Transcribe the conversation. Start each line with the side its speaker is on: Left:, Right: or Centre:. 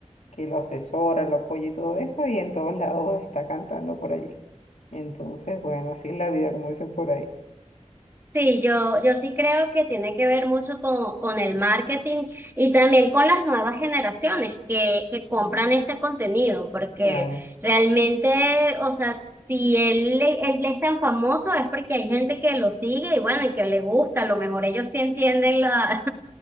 Left: que lo asesora, lo apoya y todo eso, y en todos lados está cantando por allí. Entonces, bueno, así es la vida, como dicen por ahí.
Right: Sí, yo, yo sí creo que tiene que ver mucho con, con el marketing y también con las nuevas generaciones que, que compran este contenido, porque
Left: Claro,
Right: realmente, o sea, si él, él es tan famoso es porque hay gente que lo sigue y bueno, y que le gusta, a lo mejor ellos sí entienden la,